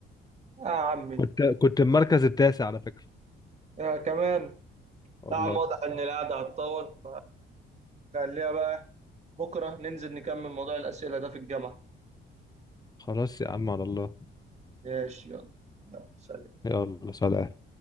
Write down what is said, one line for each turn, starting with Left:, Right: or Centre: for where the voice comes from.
Right: يا عمي
Left: كنت كنت المركز التاسع على فكره
Right: يا كمان
Left: والله
Right: لا يا عم واضح ان القعده هتطول فخليها بقى بكره ننزل نكمل موضوع الاسئله ده في الجامعه
Left: خلاص يا عم على الله
Right: ماشي يلا يلا سلام
Left: يلا سلام